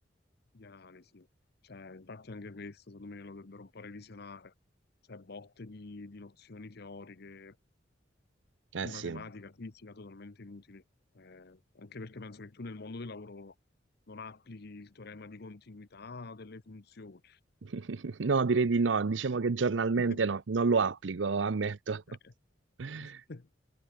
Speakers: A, on the left (about 60°); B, on the right (about 75°).
A: di analisi. Cioè, infatti anche questo, secondo me, lo dovrebbero un po' revisionare. Cioè, botte di, di nozioni teoriche,
B: eh
A: di
B: sì.
A: matematica, fisica, totalmente inutili. Eh, anche perché penso che tu nel mondo del lavoro non applichi il teorema di continuità delle funzioni.
B: <laughs> No, direi di no. Diciamo che giornalmente
A: <laughs>
B: no, non lo applico, ammetto.
A: Cioè,
B: <laughs>
A: <laughs>